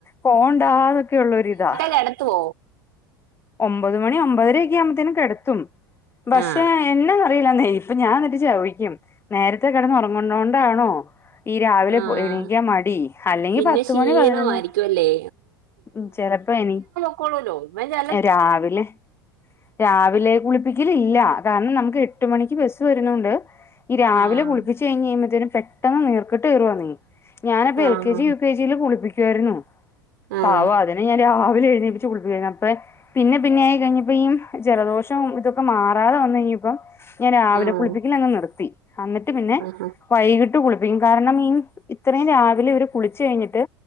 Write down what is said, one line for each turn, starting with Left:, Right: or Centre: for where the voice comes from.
Left: പോണ്ടാതൊക്കെള്ളൊ ഒരു ഇതാ <unintelligible>
Right: കൊടുത്തോ.
Left: ഒമ്പത് മണി ഒമ്പതരക്കെ ആകുമ്പത്തേും കെടത്തും പക്ഷെ
Right: ആഹ്
Left: എന്ന അറിയില്ല നെയ്. അപ്പൊ ഞാൻ എന്നിട്ട് ചവിക്കും നേരത്തെ കിടന്ന ഉറങ്ങുന്നോണ്ടാണോ. ഈ രാവിലെ
Right: ആഹ്
Left: എണീക്കാ മടി അല്ലെങ്കി
Right: പിന്നെ
Left: പത്ത്
Right: ക്ഷീണമായിരിക്കും
Left: മണി പതിനൊന്നു മണി.
Right: അല്ലേ
Left: ഉ ചെലപ്പോയനികും.
Right: സ്കൂൾ ള്വിടൊ <unintelligible>
Left: രാവിലെ രാവിലെ കുളിപ്പിക്കലി ഇല്ല കാരണം നമുക്ക് എട്ട് മണിക്ക് ബസ്സ് വരുന്നുണ്ട്. ഈ രാവിലെകുളിപ്പിച്ചച്ച്
Right: ആഹ്
Left: കഴിഞ്ഴിയ് പെട്ടെന്ന് നിർകേട്ട് വരുവാ. ഞാനപ്പൊ
Right: ആഹ്
Left: എൽ കെ ജി യു കെ ജി ചൽ കുളിപ്പിക്കുവായിരുന്നു
Right: ആഹ്
Left: പാവം അതിനെ ഞാ രില എഴുന്നേപ്പിച്ച് കുളിപ്പിക്ക <unintelligible> അപ്പ പിന്നെ പിന്നെ ആയി കഴിഞ്ഞപ്പോ ഈ ജലദോഷവും ഇതൊക്കെ മാറാതെ വന്നു കഴിഞ്ഞ ഇപ്പം. ഞാൻ രാവിലെ
Right: ആഹ്
Left: കുളിപ്പിക്കലാ അങ്ങ് നിർത്തി അന്നിട്ട് പിന്നെ.
Right: ആഹ്
Left: വൈകിട്ട് കുളിപ്പിക്കും കാരണം മിൻസ് ഇത്രയും രാവിലെ ഇവർ കുളിച്ചു കഴിഞ്ഞിട്ട്.